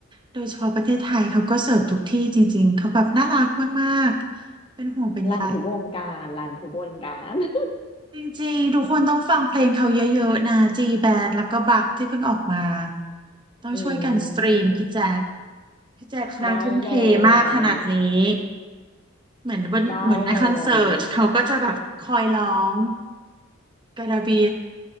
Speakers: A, on the right; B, on the left.
A: โดยเฉพาะประเทศไทยเขาก็เสิร์ฟทุกที่จริงๆเขาแบบน่ารักมากๆเป็นห่วงเป็นใย
B: รันทุกวงการรันทุกวงการ <laughs>
A: จริงๆทุกคนต้องฟังเพลงเขาเยอะๆนะจีแบนด์แล้วก็บักที่เพิ่งออกมาต้องช่วยกันสตรีมพี่แจ็ค
B: อืมอืมอืม
A: พี่แจ็คนางทุ่มเทมากขนาดนี้
B: ได้เลย
A: เหมือนวันเหมือนในคอนเสิร์ตเขาก็จะแบบคอยร้อง
B: ได้เลย
A: กระดาบี